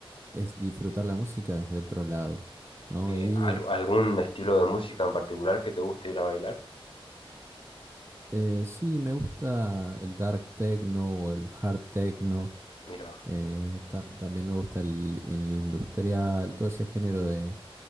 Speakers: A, on the right; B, on the left.
A: es disfrutar la música desde otro lado, ¿no?
B: Eh,
A: Ir,
B: ¿al- ¿algún estilo de música en particular que te guste ir a bailar?
A: eh, sí, me gusta el dark techno o el hard techno,
B: Mira,
A: eh, ta- también me gusta el, el industrial, todo ese género de,